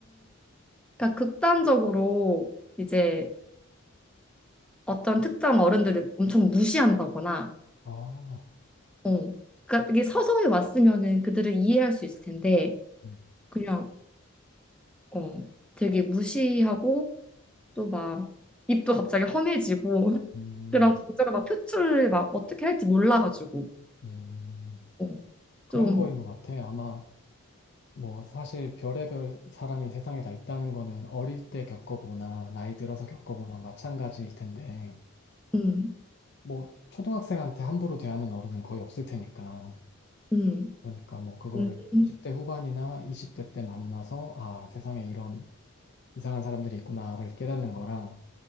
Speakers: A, in the centre; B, on the left (about 50°).
A: 그러니까 극단적으로 이제 어떤 특정 어른들을 엄청 무시한다거나,
B: 아,
A: 어, 그러니까 이게 서서히 왔으면은 그들을 이해할 수 있을 텐데
B: 음,
A: 그냥 어, 되게 무시하고 또 막 입도 갑자기 험해지고 <laughs>
B: 음,
A: 그런 감정을 막 표출을 막 어떻게 할지 몰라가지고
B: 음.
A: 어,
B: 그런
A: 좀,
B: 거인 것 같아. 아마 뭐 사실 별의별 사람이 세상에 다 있다는 거는 어릴 때 겪어보나 나이 들어서 겪어보나 마찬가지일 텐데
A: 음,
B: 뭐 초등학생한테 함부로 대하는 어른은 거의 없을 테니까.
A: 음,
B: 그러니까 뭐 그거를
A: 음, 음, 음,
B: 10대 후반이나 20대 때 만나서 아, 세상에 이런 이상한 사람들이 있구나를 깨닫는 거랑